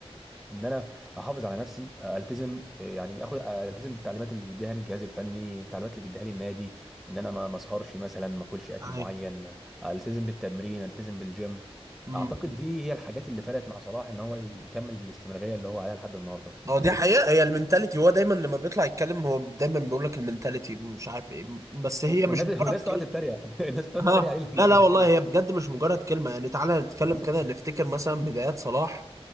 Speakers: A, in the centre; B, on the right (about 30°).
A: ان انا احافظ على نفسي التزم آه، يعني اخد التزم بالتعليمات اللي بيديها لي الجهاز الفني التعليمات اللي بيديها لي النادي ان انا ما ما اسهرش مثلا ما اكلش اكل
B: ايوه
A: معين التزم بالتمرين التزم بالجيم
B: امم
A: اعتقد دي هي الحاجات اللي فرقت مع صلاح ان هو يكمل بالاستمراريه اللي هو عليها لحد النهارده
B: هو دي حقيقة هي المنتاليتي هو دايما لما بيطلع يتكلم هو دايما بيقول لك المنتاليتي ومش عارف ايه بس هي مش
A: والناس
B: مجرد
A: والناس تقعد تتريق <laughs> الناس بتقعد
B: ها
A: تتريق عليه لما
B: لا
A: يقول
B: لا والله
A: لك كده
B: هي بجد مش مجرد كلمة يعني تعالى نتكلم كده نفتكر مثلا بدايات صلاح